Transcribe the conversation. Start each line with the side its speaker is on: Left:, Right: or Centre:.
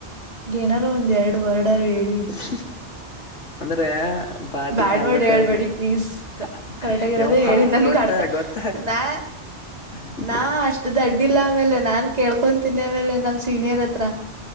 Right: ಏನಾರು ಒಂದ್ ಎರಡು ವರಡರು ಹೇಳಿ.
Left: <inaudible> ಅಂದ್ರೆ. ಬಾಟಿ
Right: ಬ್ಯಾಡ್
Left: ಕಾಲ್ದೊ
Right: ವರ್ಡ್
Left: ಕಾಯ
Right: ಹೇಳ್ಬೇಡಿ ಪ್ಲೀಸ್
Left: ಹಾ
Right: ಕರೆಕ್ಟಾಗಿರೋದೇ
Left: ಯವ್ವ
Right: ಹೇಳಿ ನನ್ಗೆ
Left: ಗೊತ್ತ
Right: ಅರ್ಥ
Left: ಗೊತ್ತ
Right: ನಾ
Left: <inaudible>
Right: ನಾ ಅಷ್ಟು ದಡ್ಡಿಲ್ಲ ಆಮೇಲೆ ನಾನ್ ಕೇಳ್ಕೊಂತೀನಿ ಆಮೇಲೆ ನಮ್ ಸೀನಿಯರ್ ಹತ್ರ.